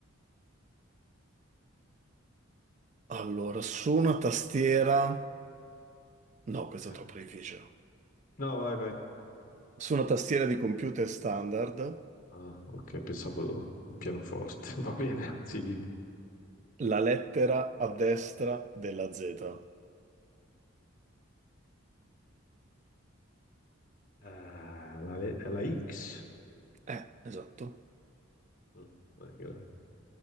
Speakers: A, on the right; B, on the left.
A: Allora, su una tastiera... No, questo
B: Eh.
A: è troppo difficile.
B: No, vai, vai.
A: Su una tastiera di computer standard,
B: Ah, ok, pensavo pianoforte. <laughs> Va bene, sì, dimmi.
A: la lettera a destra della Z.
B: Ah, la, le- la X.
A: Eh, esatto.
B: Mm, non è che-